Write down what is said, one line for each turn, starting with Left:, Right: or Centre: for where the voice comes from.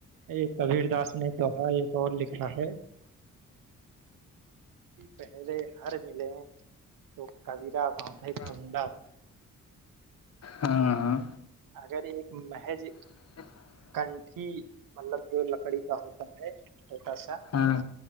Right: ایک کبیر داس نے دوہا ایک اور لکھا ہے پہلے ہر ملے ہیں تو کبیرا
Left: <inaudible>
Right: باندھے کنڈا
Left: ہاں ہاں ہاں
Right: اگر ایک محج
Left: <inaudible>
Right: سنٹھی مطلب جو لکڑی کا ہوتا ہے چھوٹا سا
Left: ہاں